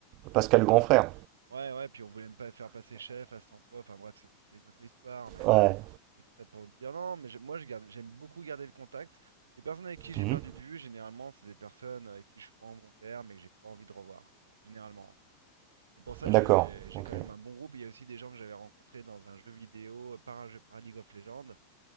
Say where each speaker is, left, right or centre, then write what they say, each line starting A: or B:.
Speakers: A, on the right; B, on the right.
A: Pascal le grand frère.
B: Ouais, ouais. Puis on voulait me pas faire passer chef à cet emploi. Enfin bref, c'est c'est une autre histoire, mais.
A: Ouais.
B: Mais tout ça pour dire non, mais je- moi je garde, j'aime beaucoup garder le contact. Les personnes avec qui j'ai
A: Mhm.
B: perdu de vue, généralement, c'est des personnes avec qui je suis pas en bon terme et que j'ai pas envie de revoir. Généralement. C'est pour ça que
A: D'accord,
B: j'ai j'ai
A: ok.
B: quand même un bon groupe. Il y a aussi des gens que j'avais rencontrés dans un jeu vidéo, euh, par un jeu, par League of Legends.